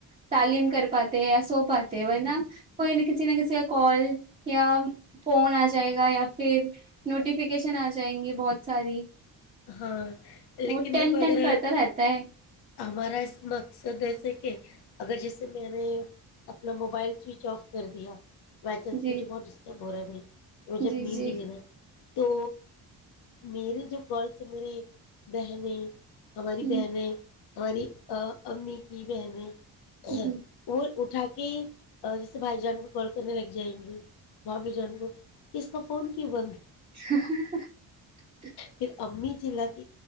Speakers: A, on the right; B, on the left.
A: تعلیم کر پاتے یا سو پاتے ہیں نا کوئی نہ کسی نہ کسی کا کال یا فون آ جائے گا یا پھر نوٹیفکیشن آ جائیں گی بہت ساری
B: ہاں لیکن
A: وہ ٹین
B: دیکھو
A: ٹین
B: اگر
A: کرتا رہتا ہے
B: ہمارا اس مقصد ایسے کہ اگر جیسے میں نے اپنا موبائل سوئچ آف کر دیا بائی چانس
A: جی
B: مجےہت ڈسٹرب بورے بھی رجت
A: جی
B: نہیں
A: جی
B: دلی میں تو میرری جو گلس ہے میرے بہنیں ہماری
A: ہ
B: بہنیں ہماری امی کی بہنیں ا
A: ہ ہ
B: اور اٹھا کے جیسے بھائی جان کو کال کرنے لگ جائیں گے ب بھی جانور اس کا فون کو بند ہے
A: ہا ہا ہا
B: پھر امی چلاات ت